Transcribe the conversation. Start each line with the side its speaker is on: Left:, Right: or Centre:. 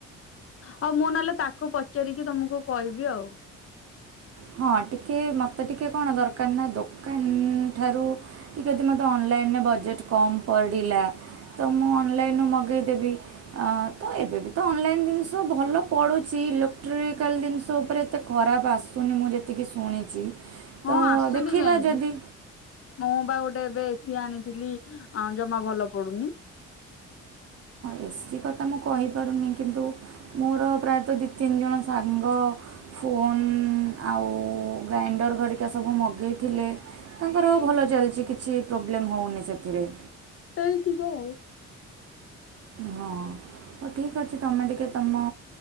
Left: ହଉ ମୁଁ ନହେଲେ ତାକୁ ପଚାରିକି ତମକୁ କହିବି ଆଉ।
Right: ହଁ ଟିକେ ମୋତେ ଟିକେ କଣ ଦରକାର ନା ଦୋକାନ ଠାରୁ ଟିକେ ମତେ ଅନଲାଇନରେ ବଜେଟ କମ ପଡିଲା। ତ ମୁଁ ଅନଲାଇନୁ ମଗେଇ ଦେବି। ଅ ତ ଏବେବି ତ ଅନଲାଇନ ଜିନିଷ ଭଲ ପଡୁଛି ଇଲେକ୍ଟ୍ରିକାଲ ଜିନିଷ ଉପରେ ଏତେ ଖରାପ ଆସୁନି ମୁଁ ଯେତିକି ଶୁଣିଛି
Left: ହଁ
Right: ତ
Left: ଆସୁନି
Right: ଦେଖିବା
Left: କାହିଁକି
Right: ଯଦି
Left: ମୁଁ ବା ଗୋଟେ ଏବେ ଏ ସିି ଆଣିଥିଲି ଆ ଜମା ଭଲ ପଡୁନି।
Right: ଏ ସି କଥା ମୁଁ କହିପାରୁନି କିନ୍ତୁ ମୋର ପ୍ରାୟତଃ ଦୁଇ ତିନି ଜଣ ସାଙ୍ଗ ଫୋନ୍ ଆଉ ଗ୍ରାଇଣ୍ଡର ଘରିକା ସବୁ ମଗେଇଥିଲେ ତାଙ୍କର ଭଲ ଚାଲିଛି କିଛି ପ୍ରୋବ୍ଲେମ ହଉନି ସେଥିରେ।
Left: ହେଇଥିବ ଆଉ।
Right: ହଁ ହଉ ଠିକ୍ ଅଛି ତମେ ଟିକେ ତୁମ